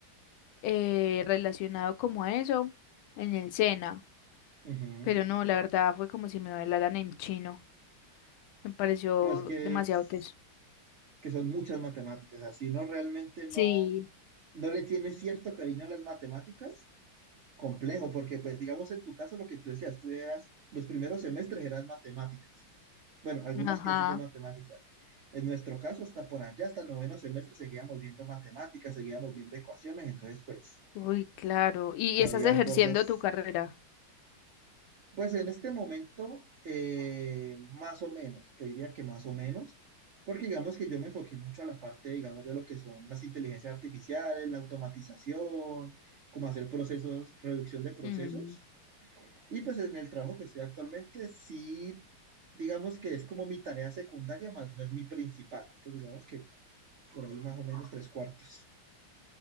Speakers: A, on the left (about 80°); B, on the right (about 75°).
A: eh, relacionado como a eso en el SENA
B: ujú.
A: Pero no, la verdad fue como si me hablaran en chino. Me pareció
B: No es que
A: demasiado
B: es
A: teso.
B: que son muchas matemáticas, así uno realmente no,
A: Sí.
B: no le tiene cierto cariño a las matemáticas, complejo, porque pues digamos en tu caso lo que tú decías, tú eras, los primeros semestres eran matemáticas, bueno, algunas
A: Ajá.
B: clases de matemáticas. En nuestro caso, hasta por allá, hasta el noveno semestre, seguíamos viendo matemáticas, seguíamos viendo ecuaciones, entonces pues
A: Uy, claro. ¿Y
B: habían
A: estás ejerciendo
B: cosas,
A: tu carrera?
B: pues en este momento, eh, más o menos, te diría que más o menos, porque digamos que yo me enfoqué mucho a la parte, digamos, de lo que son las inteligencias artificiales, la automatización, cómo hacer procesos, reducción de procesos.
A: Mm,
B: Y pues en el trabajo que estoy actualmente, sí, digamos que es como mi tarea secundaria, más no es mi principal. Entonces, digamos que por ahí más o menos tres cuartos.